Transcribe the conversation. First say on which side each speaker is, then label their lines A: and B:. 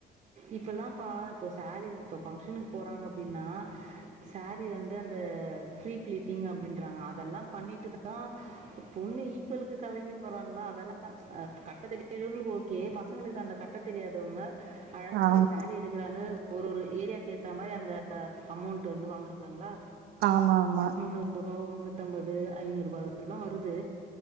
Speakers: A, on the right; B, on the right.
A: இப்பல்லாம்ப்பா இப்ப சாரீ இப்ப பங்க்ஷனுக்கு போறாங்க அப்டின்னா சாரி வந்து அந்த ஃப்ரீ ப்ளீட்டிங் அப்டின்றாங்க அதெல்லாம் பண்ணிட்டு தான் பொண்ணு இ ஸ்கூலுக்கு கிளம்பி போறாங்களா அதெல்லாம் கட்ட தெரிஞ்சவங்களுக்கு ஓகே பசங்களுக்கு அந்த கட்டத் தெரியாதவங்க அழக
B: ஆமா
A: ஒரு சாரீ எடு க்குறாங்க ஒரு ஒரு ஏரியாக்கு ஏத்த மாரி அந்த அமௌண்ட் வந்து வாங்கறாங்களா
B: ஆமா ஆமா
A: முன்னூறு ரூபா முன்னூத்தி ஐம்பது ஐநூறு ரூபாயல்லாம் வருது